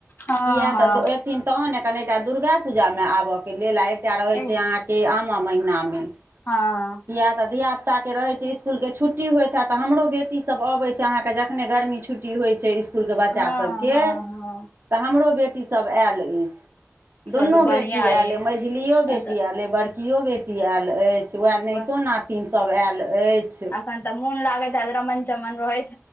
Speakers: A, on the left (about 45°); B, on the right (about 50°).
A: हँ
B: किए
A: हँ
B: तऽ एथिन तहन ने कनिटा दुर्गा पूजामे आबयके लेल आइ तए रहै
A: एह
B: छै अहाँके आम महिनामे
A: हँ
B: किया तऽ धिया पुता के रहै छै इसकुल के छुट्टी होइत हैत हमरो बेटी सब अबै छै अहाँके जखने गर्मी छु छुट्टी होइ छै इसकुलके बच्चा
A: हँ
B: सबके
A: हँ हँ
B: तऽ हमरो बेटीसब आयल अछि
A: चलू
B: दुनू
A: बढ़िआँ
B: बेटी आयल अइ मंझलिओ
A: तहन
B: बेटी
A: तऽ
B: आयल अइ बड़कियो बेटी आयल अछि वह नाइतो
A: बस
B: नातिन सब आयल अछि
A: अखन त मन लागैत हैत रमन चमन रहैैत